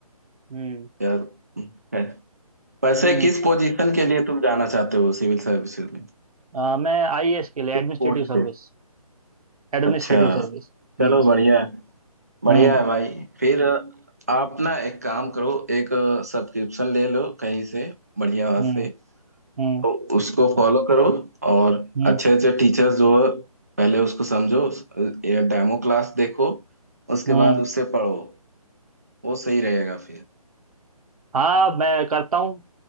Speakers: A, on the right; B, on the right.
A: हम्म
B: यार है वैसे
A: हम्म।
B: किस पोजीशन के लिए तुम जाना चाहते हो सिविल सर्विसेज में
A: अ, मैं आईएएस के लिए
B: किस
A: administrative
B: पोस्ट
A: service
B: पे
A: Administrative
B: अच्छा
A: service
B: चलो
A: Hmm
B: बढ़िया बढ़िया
A: Hmm
B: है भाई फिर आप ना एक काम करो एक सब्सक्रिप्शन ले लो कहीं से बढ़िया
A: Hmm
B: से
A: Hmm
B: तो उसको फॉलो करो और
A: Hmm
B: अच्छे अच्छे टीचर्स जो है पहले उसको समझो ये डेमो क्लास देखो उसके
A: Hmm
B: बाद उससे पढ़ो वो सही रहेगा फिर
A: हाँ मैं करता हूँ